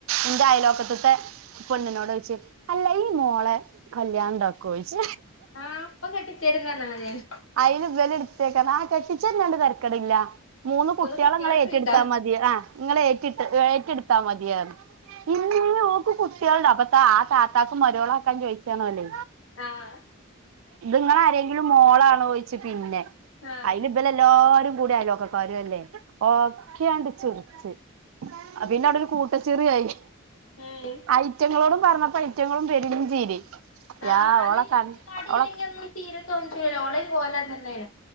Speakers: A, on the right; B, on the left.
A: എന്റെ അയലോക്കത്തത്തെ പെണ്ണിനോട് ചോയ്ച്ച് അല്ല ഈ മോളെ കല്യാണണ്ടാക്കുവോ ചോയ്ച്ച്
B: ആഹ് അപ്പൊ കെട്ടിച്ചരുന്ന് പറഞ്ഞാ മതിയാനു
A: അയ്ല് ഇവല് എടുത്തേക്ക ആഹ് കെട്ടിച്ചര്ന്നണ്ട് തെരക്കേടില്ല മൂന്ന് കുട്ടികളെ
B: കുട്ട്യാള്
A: നിങ്ങള് ഏറ്റെടുത്താ
B: ഫ്രീണ്ടാ
A: മതി ആഹ് നിങ്ങള് ഏറ്റിട്ട് ഏറ്റെടുത്താ മതിയാർന്നു ഇന്നീ ഓക്ക് കുട്ടികളുണ്ടോ അപ്പ ത്താ ആ താത്താക്ക് മരുമോളാക്കാൻ ചോദിച്ചതാണോല്
B: ആഹ്
A: നിങ്ങള് ആരെങ്കിലും മോളാണോ ചോയിച്ച് പിന്നെ
B: ആഹ്
A: അയ്ന് ഇവരെല്ലാരും കൂടിയ ആയൽവക്ക കാരും അല്ലെ ഒക്കെ അങ്ങട്ട് ചിറിച്ച് അ പിന്നെ അവിടെ ഒരു കൂട്ട ചിറിയായി
B: ഹേയ്
A: അയ്റ്റങ്ങളോടും പറഞ്ഞപ്പ അയ്റ്റങ്ങളും പെരിംഞ്ചീരി
B: ആഹ്
A: യാ
B: അത്
A: ഓളക്കണ്
B: തടി
A: ഓള
B: ഇല്ലെങ്കി ഒന്നും തീരെ തോൽച്ച്വിടാ ഓൽടെം കോലം അത് തന്നെണ്